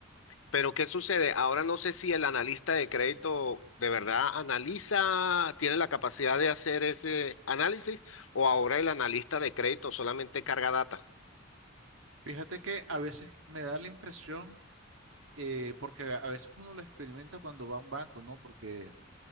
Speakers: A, on the left; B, on the right.
A: Pero ¿qué sucede? Ahora no sé si el analista de crédito de verdad analiza, tiene la capacidad de hacer ese análisis o ahora el analista de crédito solamente carga data.
B: Fíjate que a veces me da la impresión, eh, porque a a veces uno lo experimenta cuando va a un banco, ¿no? Porque